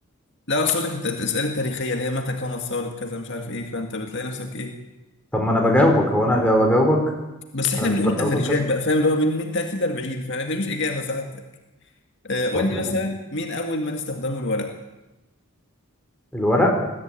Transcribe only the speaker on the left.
لا اصل لك الاسئله التاريخيه اللي هي متى قامت ثوره كذا مش عارف ايه فانت بتلاقي نفسك ايه
بس احنا
بنقول
افريجات
بقى فاهم اللي هو من من 30 ل 40 فده مش اجابه ساعتك آه، قول
لي
مثلا مين اول من استخدموا الورق